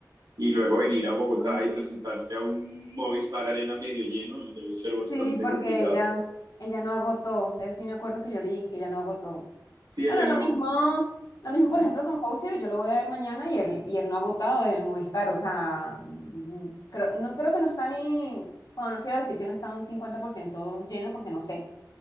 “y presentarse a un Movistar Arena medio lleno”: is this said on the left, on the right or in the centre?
Right